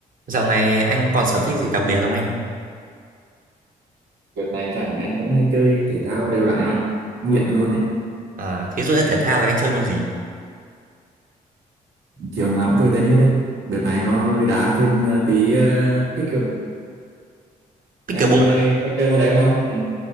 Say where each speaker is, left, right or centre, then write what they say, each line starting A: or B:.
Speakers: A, on the right; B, on the right.
A: Dạo này anh còn sở thích gì đặc biệt không anh?
B: Đợt này rảnh anh vẫn hay chơi thể thao đều đặn em ạ. Nghiện luôn ấy.
A: À, thí dụ như thể thao thì anh chơi môn gì?
B: Chiều nào cũng chơi tennis hết. Đợt này có hơi đá thêm ờ, tí ờ, thích hợp.
A: Pickleball.
B: Em ờ, có chơi môn đấy không? Ừ.